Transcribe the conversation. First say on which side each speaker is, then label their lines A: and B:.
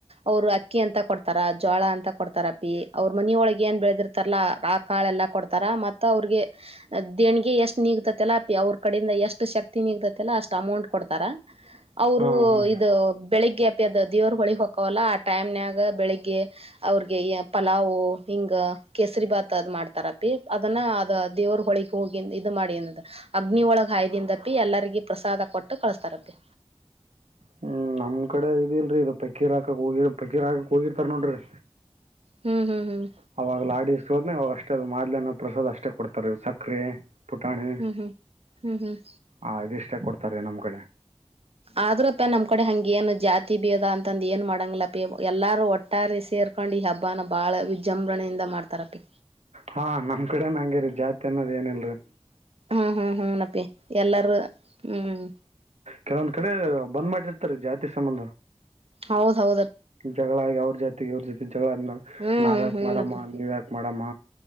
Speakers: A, on the right; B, on the right.
A: ಅವರು ಅಕ್ಕಿ ಅಂತ ಕೊಡ್ತಾರ ಜೋಳ ಅಂತ ಕೊಡ್ತಾರ ಪಿ ಅವ್ರ ಮನಿಯೊಳಗೆ ಏನ್ ಬೆಳೆದಿರ್ತಾರಲ್ಲಾ ಆ ಕಾಳೆಲ್ಲ ಕೊಡ್ತಾರ ಮ ಅವ್ರಿಗೆ ದೇಣಗೆ ಎಷ್ಟ್ ನಿಗತತಿಲ್ಲ ಅವ್ರ ಕಡೆಯಿಂದ ಎಷ್ಟು ಶಕ್ತಿ ನಿಗತತಿ ಅಷ್ಟ ಅಮೌಂಟ್ ಕೊಡ್ತಾರ ಅವರು
B: ಹಾಂ ಹ್ಞೂ ರೀ
A: ಇದು ಬೆಳಿಗ್ಗೆ ಅ ದೇವ್ರ ಹೊಳಗ್ ಹಕಲ್ಲ ಟೈಮ್ನಾಗ ಬೆಳಿಗ್ಗೆ ಅವ್ರಿಗೆ ಪಲಾವು್ ಹಿಂಗ ಕೇಸರಿ ಭಾತ್ ಅದ್ ಮಾಡ್ತಾರಪಿ ಅದನ್ನ ಅದ ದೇವ್ರ ಹೊಳಗ್ ಹೋಗಿ ಇದು ಮಾಡಿಂದ ಅಗ್ನಿ ಒಳಗಾಯದಿಂದಪಿ ಎಲ್ಲರಿಗ ಪ್ರಸಾದ ಕೊಟ್ಟು ಕಳಸ್ತಾರಪಿ
B: ಹ ಹ್ಮ್ ನಮ್ ಕಡೆ ಇದಿಲ್ರರಿ ಇದು ಪಕೀರ್ ಹಾಕಕ್ ಹೋಗಿ ಪಕೀರ್ ಹಾಕಕ್ ಹೋಗಿರ್ತಾರ ನೋಡ್ರಿ
A: ಹ್ಮ್ ಹ್ಮ್ ಹ್ಮ್
B: ಅವಾಗ ಲಾಡಿಸೋದ್ ಅವವಾಗ ಅಷ್ಟೇ ಅದು ಮಾದ್ಲೆನ ಪ್ರಸಾದ್ ಅಷ್ಟೇ ಕೊಡ್ತಾರೆ ಸಕರೆೆ ಪುಟಾಣಿ
A: ಹ್ಮ್ ಹ್ಮ್ ಹ್ಮ್ ಹ್ಮ್
B: ಹ ಇದಿಷ್ಟೇ ಕೊಡ್ತಾರೆ ನಮ್ಮ ಕಡೆ
A: ಆದ್ರಪ್ಪ ನಮ್ ಕಡೆ ಹಂಗ ಏನು ಜಾತಿ ಬೀದ ಅಂತಂದ ಏನ್ ಮಾಡಂಗಲಪ ಎಲ್ಲಾರೂ ಒಟ್ಟಾರೆ ಸೇರ್ ಕರ್ಕೊಂಡ್ ಈ ಹಬ್ಬನ ಬಾಳ ವಿಜೃಂಭಣೆಯಿಂದ ಮಾಡ್ತಾರಪಿ
B: ಹಾ ನಮ್ ಕಡೆ ನ ಹಂಗರಿ ಜಾತಿ ಅನ್ನೋದ್ ಏನಲ್ರಿ
A: ಹ್ಮ ಹ್ಮ್ ಹ್ಮ್ ನಪಿ ಎಲ್ಲಾರೂ ಹ್ಮ್
B: ಕೆಲವೊಂದ್ ಕಡೆ ಬಂದ್ ಮಾಡಿರ್ತಾರೆ ಜಾತಿ ಸಂಬಂಧ
A: ಹೌದ ಹೌದು
B: ಜಗಳಾಗಿ ಅವ್ರ ಜಾತಿಗೆ ಅವ್ರ ಜೊತಿ ಜಗಳ
A: ಹ್ಮ್
B: ನಾವ ಯಾಕ
A: ಹ್ಮನಪ್ಪ
B: ಮಾಡಮ್ಮ ನೀವ್ ಯಾಕ ಮಡಮ್ಮ